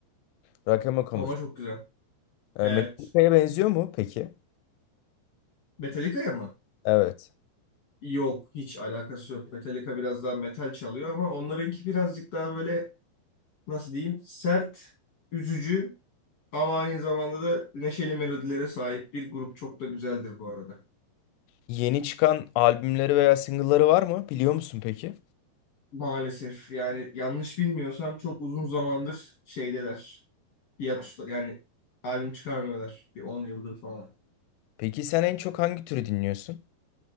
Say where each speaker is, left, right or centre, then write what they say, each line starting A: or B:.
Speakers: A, on the left; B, on the left.
A: Rakama Kamış.
B: Ama çok güzel.
A: E,
B: Evet.
A: Metallica'ya benziyor mu peki?
B: Metallica'ya mı?
A: Evet.
B: Yok. Hiç alakası yok. Metallica biraz daha metal çalıyor ama onlarınki birazcık daha böyle nasıl diyeyim? Sert üzücü Ama aynı zamanda da neşeli melodilere sahip bir grup çok da güzeldir bu arada.
A: Yeni çıkan albümleri veya single'ları var mı? Biliyor musun peki?
B: Maalesef yani yanlış bilmiyorsam çok uzun zamandır şeydeler. Hiatus'ta yani albüm çıkarmıyorlar bir 10 yıldır falan.
A: Peki sen en çok hangi türü dinliyorsun?